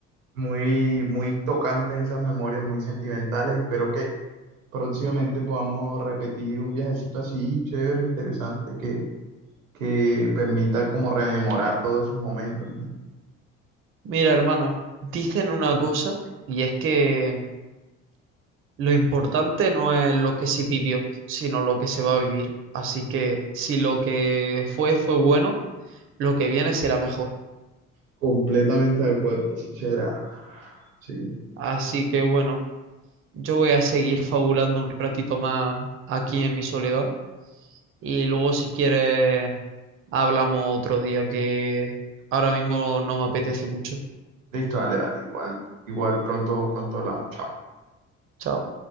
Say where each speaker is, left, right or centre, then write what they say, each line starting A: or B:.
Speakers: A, on the right; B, on the right.
A: muy, muy tocantes esas memorias, muy sentimentales, espero que próximamente podamos repetir un viajecito así, chévere, interesante, que, que permita como rememorar todos esos momentos, ¿no?
B: Mira, hermano, dicen una cosa y es que lo importante no es lo que se vivió, sino lo que se va a vivir. Así que si lo que fue fue bueno, lo que viene será mejor.
A: Completamente de acuerdo, sincera. Sí.
B: Así que bueno, yo voy a seguir fabulando un ratito más aquí en mi soledad y luego si quieres hablamos otro día que ahora mismo no me apetece mucho.
A: Listo, dale, dale. Igual, igual pronto, pronto hablamos. Chao.
B: Chao.